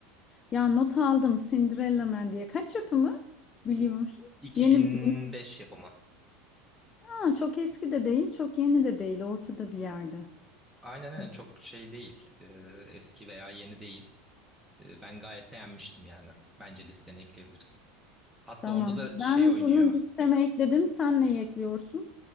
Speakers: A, on the left (about 30°); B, in the centre.
A: Ya not aldım Cinderella Man diye kaç yapımı biliyor musun?
B: 2005
A: Yeni yeni.
B: yapımı.
A: ha, çok eski de değil çok yeni de değil ortada bir yerde.
B: Aynen aynen
A: Hmm.
B: çok şey değil. E, eski veya yeni değil. E, ben gayet beğenmiştim yani. Bence listene ekleyebilirsin. Hatta
A: Tamam.
B: onda da
A: Ben
B: şey oynuyor.
A: bunu listeme ekledim. Sen neyi ekliyorsun?